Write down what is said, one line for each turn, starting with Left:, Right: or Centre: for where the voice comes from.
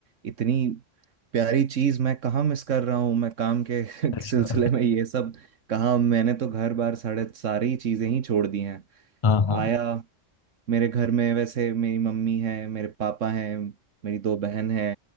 Right: इतनी प्यारी चीज मैं कहाँ मिस कर रहा हूँ मैं काम के <laughs>
Left: अच्छा
Right: सिलसिले में ये सब कहाँ मैंने तो घर बार सारे सारी चीजें ही छोड़ दी हैं
Left: हाँ हाँ
Right: आया मेरे घर में वैसे मेरी मम्मी है मेरे पापा हैं मेरी दो बहन है